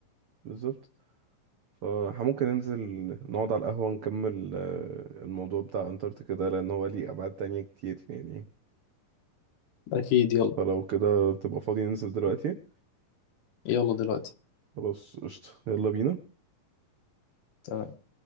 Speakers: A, on the right; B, on the left.
A: بالظبط فممكن ننزل نقعد على القهوة نكمل آه، الموضوع بتاع أنتاركتيكا ده لأن هو ليه أبعاد تانية كتير يعني
B: أكيد يلا
A: فلو كده تبقى فاضي ننزل دلوقتي
B: يلا دلوقتي
A: خلاص قشطة يلا بينا
B: تمام